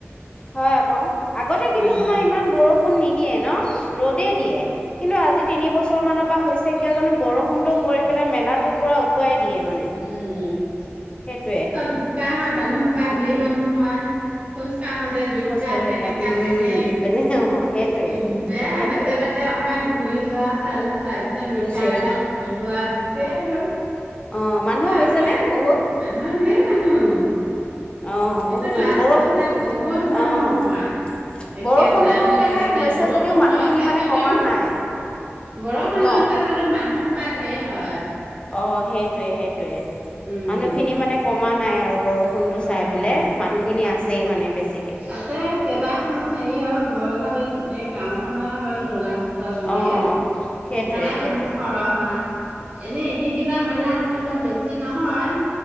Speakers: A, on the left; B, on the right.
A: হয়, আকৌ। আগতে কিন্তু
B: উম,
A: তোমাৰ ইমান বৰষুণ নিদিয়ে ন' ৰ'দে দিয়ে কিন্তু আজি
B: উম,
A: তিনি বছৰ মানৰ পৰা হৈছে কিয় জানো বৰ বৰষুণটো
B: সেইবোৰ।
A: পৰি পেলাই মেলাটো পূৰা উটুৱাই দিয়ে মানে।
B: উম,
A: সেইটোৱে
B: পিছত বোকা হয় মানুহ সোপা ঢেৰ মানুহ হয়। খোজ কঢ়োতে দিগদাৰ
A: হৈছে সেইটোৱে
B: পেনেকা-পেনেক।
A: উম তেনেকে অ সেইটোৱে
B: উম, বেয়া
A: সেইটোৱে
B: বাটে-বাটে তাতে অকনমান ঘূৰি লোৱা চালো তাৰ পিছত মিঠাই
A: গুচি
B: অলপ ললো আঁ গুচি আহিলো।
A: অহ, মানুহ
B: আৰু
A: হৈছেনে
B: ওলাই আহিছিলো
A: বহুত?
B: মানুহ ধেৰ মানুহ।
A: অ'
B: সেইটো
A: বহুত মানুহ
B: লাষ্টতহে
A: বৰষুণ
B: বহুত মানুহ
A: অ'
B: হয়। একে
A: বৰষুণটো
B: যাম লাগি
A: মানে
B: যায়,
A: হৈছে
B: বৰষুণ
A: যদিও মানুহখিনি
B: হৈছে
A: মানে
B: যদিওঁ।
A: কমা নাই
B: বৰষুণ
A: ন?
B: হৈছে যদিওঁ মানুহসোপা ধেৰ হয়।
A: অহ, সেইটোৱে-সেইটোৱে
B: উম
A: মানুহখিনি মানে কমা নাই আৰু বৰষুণ বৰষুণটো
B: আমাৰ
A: চাই পেলাই
B: নাই
A: মানুহখিনি আছেয়ে মানে বেছি
B: তাতে কেইবাখনো হেৰি আৰু ঘৰঙাবাৰী গোটেই গাওঁখনেৰে হয় তোলা। বুলিয়ে
A: অ'
B: সেইকাৰণে
A: সেইটোৱে
B: মানুহ
A: সেইটোৱে
B: খৰহ হয়। এনেই সেইকেইটা মেলাত ধৰিলোৱা বেছি নহয়,